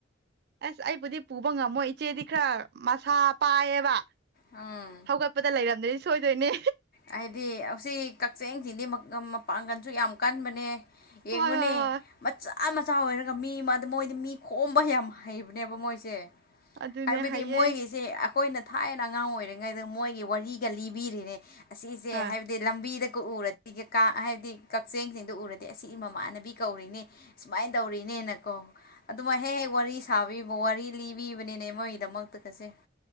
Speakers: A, on the right (about 55°); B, on the left (about 50°).
A: ꯑꯁ ꯑꯩꯕꯨꯗꯤ ꯄꯨꯕ ꯉꯝꯃꯣꯏ ꯏꯆꯦꯗꯤ ꯈꯔ ꯃꯁꯥ ꯄꯥꯏꯌꯦꯕ
B: ꯑꯥ
A: ꯍꯧꯒꯠꯄꯗ ꯂꯩꯔꯝꯗ꯭ꯔꯅꯤ ꯁꯣꯏꯗꯣꯏꯅꯦ
B: ꯍꯥꯏꯗꯤ ꯑꯁꯤ ꯀꯛꯆꯤꯡꯁꯤꯡꯗꯤ ꯃꯄꯥꯡꯒꯜꯁꯨ ꯌꯥꯝ ꯀꯟꯕꯅꯦ ꯌꯦꯡꯉꯨꯅꯦ
A: ꯍꯣꯏ ꯍꯣꯏ ꯍꯣꯏ
B: ꯃꯆꯥ ꯃꯆꯥ ꯃꯆꯥ ꯑꯣꯏꯔꯒ ꯃꯤ ꯃꯣꯏꯗꯤ ꯃꯤ ꯈꯣꯝꯕ ꯌꯥꯝ ꯍꯩꯕꯅꯦꯕ ꯃꯣꯏꯁꯦ
A: ꯑꯗꯨꯅꯦ
B: ꯍꯥꯏꯕꯗꯤ
A: ꯍꯥꯏꯌꯦ
B: ꯃꯣꯏꯒꯤꯁꯦ ꯑꯩꯈꯣꯏꯅ ꯊꯥꯏꯅ ꯑꯉꯥꯡ ꯑꯣꯏꯔꯤꯉꯩꯗ ꯃꯣꯏꯒꯤ ꯋꯥꯔꯤꯒ ꯂꯤꯕꯤꯔꯤꯅꯦ ꯑꯁꯤꯁꯦ
A: ꯍꯣꯏ
B: ꯍꯥꯏꯕꯗꯤ ꯂꯝꯕꯤꯗꯒ ꯎꯔꯗꯤ ꯀꯥ ꯍꯥꯏꯕꯗꯤ ꯀꯛꯆꯦꯡꯁꯤꯡꯗꯨ ꯎꯔꯗꯤ ꯑꯁꯤ ꯃꯃꯥꯟꯅꯕꯤ ꯀꯧꯔꯤꯅꯤ ꯁꯨꯃꯥꯏꯅ ꯇꯧꯔꯤꯅꯦꯅꯀꯣ ꯑꯗꯨꯃꯥꯏ ꯍꯦꯛ ꯋꯥꯔꯤ ꯁꯥꯕꯤꯕ ꯋꯥꯔꯤ ꯂꯤꯕꯤꯕꯅꯤꯅꯦ ꯃꯣꯏꯒꯤꯗꯃꯛꯇ ꯀꯁꯦ